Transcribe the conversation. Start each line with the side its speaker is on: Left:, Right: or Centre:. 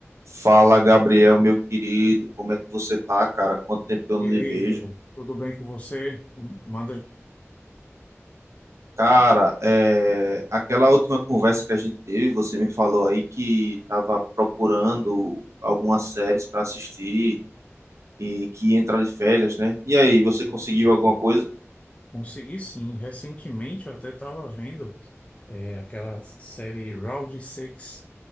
Right: Fala, Gabriel, meu querido, como é que você tá, cara? Quanto tempo que eu não
Left: E
Right: lhe
Left: aí,
Right: vejo?
Left: Ítalo, tudo bem com você? Manda
Right: Cara, é... aquela última conversa que a gente teve, você me falou aí que tava procurando algumas séries para assistir e que ia entrar de férias, né? E aí, você
Left: Pô,
Right: conseguiu
Left: é isso mesmo.
Right: alguma coisa?
Left: Consegui sim. Recentemente eu até estava vendo é, aquela série Round Six